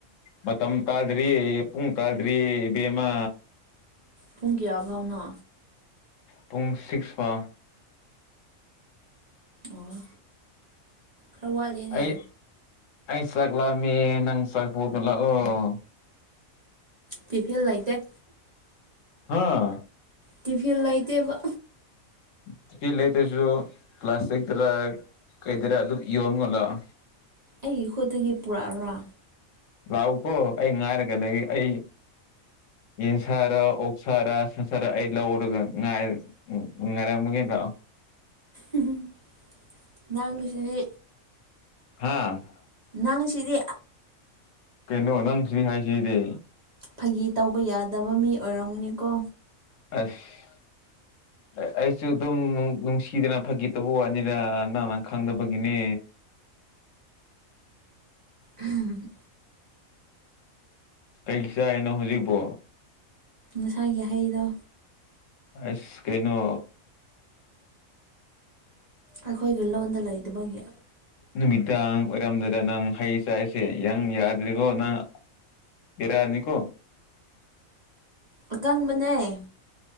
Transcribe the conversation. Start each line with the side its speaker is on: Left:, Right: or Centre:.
Left: ꯃꯇꯝ ꯇꯥꯗ꯭ꯔꯤ ꯄꯨꯡ ꯇꯥꯗ꯭ꯔꯤ ꯕꯦꯝꯃ
Right: ꯄꯨꯡ ꯀꯌꯥꯐꯥꯎꯅꯣ
Left: ꯄꯨꯡ ꯁꯤꯛꯁ ꯐꯥꯎ
Right: ꯑꯣ ꯈꯔ ꯋꯥꯠꯂꯤꯅꯦ
Left: ꯑꯩ ꯑꯩ ꯆꯥꯛꯂꯝꯃꯦ ꯅꯪ ꯆꯥꯛꯄꯨꯔꯒꯂꯥꯛ ꯑꯣ
Right: ꯇꯤꯐꯤꯜ ꯂꯩꯇꯦ
Left: ꯍꯥꯥ
Right: ꯇꯤꯐꯤꯜ ꯂꯩꯇꯦꯕ
Left: ꯇꯤꯐꯤꯜ ꯂꯩꯇ꯭ꯔꯖꯨ ꯄ꯭ꯂꯥꯁꯇꯤꯛꯇꯔ ꯀꯩꯗꯔꯥ ꯑꯗꯨꯝ ꯌꯣꯝꯃꯂꯛꯑꯣ
Right: ꯑꯩꯒꯤ ꯈꯨꯠꯇꯒꯤ ꯄꯨꯔꯛꯑꯔꯥ
Left: ꯂꯥꯛꯎꯀꯣ ꯑꯩ ꯉꯥꯏꯔꯒꯂꯩ ꯑꯩ ꯌꯦꯟ ꯁꯥꯔ ꯑꯣꯛ ꯁꯥꯔ ꯁꯟ ꯁꯥꯔ ꯑꯩ ꯂꯧꯔꯒ ꯉꯥꯏ ꯎꯝ ꯉꯥꯏꯔꯝꯃꯒꯦ ꯂꯥꯛꯑꯣ
Right: ꯎꯝ ꯅꯪꯒꯤꯁꯤꯗꯤ
Left: ꯍꯥꯥ
Right: ꯅꯪ ꯁꯤꯗꯤ
Left: ꯀꯩꯅꯣ ꯅꯪ ꯁꯤꯗꯤ ꯍꯥꯏꯁꯤꯗꯤ
Right: ꯐꯒꯤ ꯇꯧꯕ ꯌꯥꯗꯕ ꯃꯤ ꯑꯣꯏꯔꯝꯒꯅꯤꯀꯣ
Left: ꯑꯁ ꯑꯩꯁꯨ ꯑꯗꯨꯝ ꯅꯨꯡꯁꯤꯗꯅ ꯐꯥꯒꯤꯇꯧꯕ ꯋꯥꯠꯅꯤꯗ ꯅꯪꯅ ꯈꯪꯗꯕꯒꯤꯅꯦ
Right: ꯎꯝ
Left: ꯀꯩ ꯆꯥꯏꯅꯣ ꯍꯧꯖꯤꯛꯕꯣ
Right: ꯃꯁꯥꯏꯒꯤ ꯍꯩꯗꯣ
Left: ꯑꯁ ꯀꯩꯅꯣ
Right: ꯑꯩꯈꯣꯏꯒꯤ ꯂꯣꯟꯗ ꯂꯩꯇꯕꯒꯤ
Left: ꯅꯨꯃꯤꯗꯥꯡ ꯑꯣꯏꯔꯝꯗꯨꯗ ꯅꯪ ꯍꯩ ꯆꯥꯏꯁꯦ ꯌꯪ ꯌꯥꯗ꯭ꯔꯤꯀꯣ ꯅꯪ ꯏꯔꯅꯤꯀꯣ
Right: ꯑꯀꯪꯕꯅꯦ